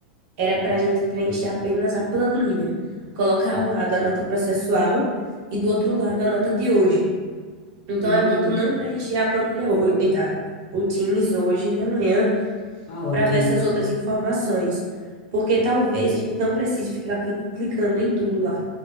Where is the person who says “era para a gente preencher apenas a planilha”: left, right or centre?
Right